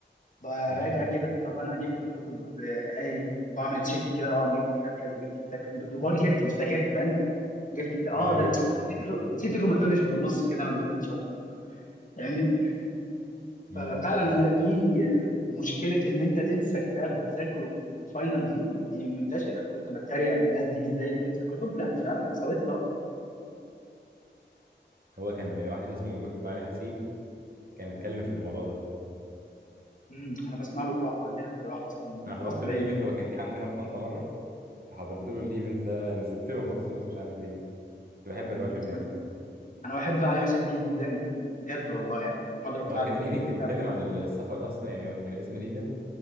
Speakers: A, on the left (about 45°); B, on the right (about 50°).
A: براجع
B: مهم.
A: كده طب انا جبت الكتب آه، ايه وبعمل تشيك كده اه انا جبت كتاب كذا جبت كتاب ك- بقول جبت مش ذاكرت فاهم جبت كتاب اه
B: اه
A: ده
B: كده
A: انا أنا نسيت الر- نسيت الروماتولوجي في النص كده ما جبتوش اصلا فاهمني
B: مم.
A: ففعلا أنا في ومشكله ان انت تنسى كتاب بتذاكره في الفاينل دي دي منتشر انا كنت بتريق الناس دي ازاي بتنسى كتب لا دي فعلا حصلت له
B: هو كان واحد اسمه دكتور علي حسيب كان اتكلم في الموضوع ده
A: امم انا بسمع له جراحه عندنا في الجراحه اصلا انا
B: انا
A: في
B: حضرت
A: القصر العيني
B: له ايفنت
A: على فكره
B: هو كان جه عندنا في طنطا مره حضرت له
A: أمم،
B: الايفنت ده نزلت له مخصوص مش عارف ليه كنت بحب الراجل
A: أمم.
B: ده يعني
A: انا انا بحب علي حسيب جدا بجد والله يعني المحاضره بتاعته
B: هو كان الايفنت
A: بتبقى ممتعه
B: بيتكلم
A: جدا
B: عن السفر اصلا يعني كان اسم الايفنت